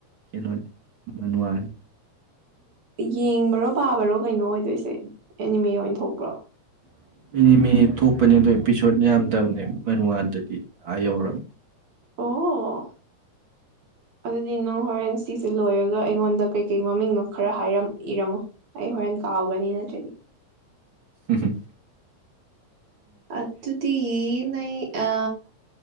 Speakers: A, on the right; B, on the right.
A: ꯀꯩꯅꯣꯅꯤ ꯃꯃꯜ ꯋꯥꯅꯤ
B: ꯌꯦꯡꯕꯔꯣ ꯄꯥꯕꯔꯣ ꯀꯩꯅꯣ ꯑꯣꯏꯗꯣꯏꯁꯦ ꯑꯦꯅꯤꯃꯦ ꯑꯣꯏꯅ ꯊꯣꯛꯄ꯭ꯔꯣ
A: <unintelligible> ꯊꯣꯛꯄꯅꯦ ꯑꯗꯣ ꯑꯦꯄꯤꯁꯣꯠ ꯌꯥꯝꯗꯕꯅꯦ ꯃ ꯋꯥꯗꯗꯤ ꯑꯥ ꯌꯧꯔꯕꯝꯅꯤ
B: ꯑꯣ ꯑꯗꯨꯗꯤ ꯅꯪ ꯍꯣꯔꯦꯟ ꯁꯤꯁꯦ ꯂꯣꯏꯔꯒ ꯑꯩꯉꯣꯟꯗ ꯀꯩꯀꯩ ꯃꯃꯤꯡꯅꯣ ꯈꯔ ꯍꯥꯏꯔꯝ ꯏꯔꯝꯃꯣ ꯑꯩ ꯍꯣꯔꯦꯟ ꯀꯥꯎꯒꯅꯤ ꯅꯠꯇ꯭ꯔꯗꯤ
A: ꯎꯝ
B: ꯑꯠꯇꯨꯗꯤ <unintelligible> ꯑ